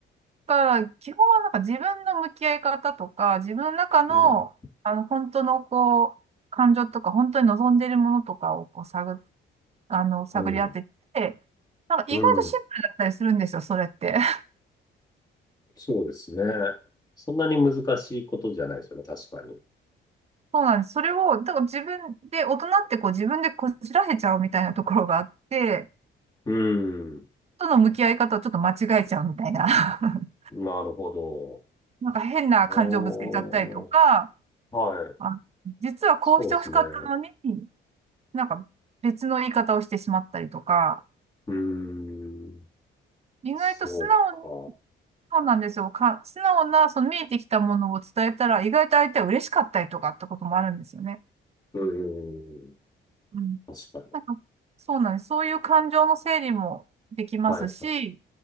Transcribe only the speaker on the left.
うん、
うん、
うん、
そうですね。そんなに難しいことじゃないですよね、確かに。
うん
なるほど。
おー、はい。
そうですね。
うーん。
そうか。
うーん。
確かに。
はいはい。